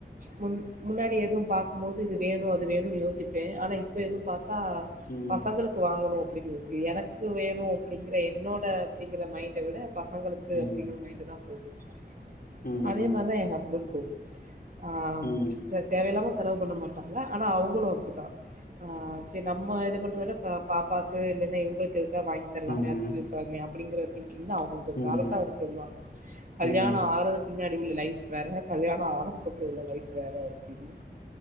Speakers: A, on the right; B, on the left.
A: முன் முன்னாடி எதும் பாக்கும்போது இது வேணு து வேணூன் யோசிப்பே ஆனா இப்ப எதூ பாத்தா
B: ம்
A: பசங்களுக்கு வாங்கணூ எனக்கு வேணும் அப்படிங்கற என்னோட அப்படிங்கிற மைண்ட விட பசங்களுக்கு
B: ம்
A: அப்பிடிங்கிற மைண்டு தா சரி
B: ம்
A: அதே மாரிதா ஏ ஹஸ்பண்ட் கு ஆ
B: ம்
A: தேவையில்லாம செலவு பண்ண மாட்டாங்க ஆனா அவங்களு அப்படித்தா சரி நம்மது பண்றது பாப்பாக்கு இல்ன்னா இவங்களுக்கு இருந்த வாங்கி தரலாமே
B: ம்
A: அது
B: ம்
A: கியூ அப்டியா அப்டிங்கிற திங் இல்ல அவுங்குளுக்கு ஒரு
B: ம்
A: காரத்த அவுங்க சொல்லுவாங்க கல்யாணோ
B: ம்
A: ஆறதுக் மின்னாடி உள்ள லைஃப் வேற கல்யாண ஆனதுக்கப்றோ உள்ள லைஃப் வேற அப்டின்னு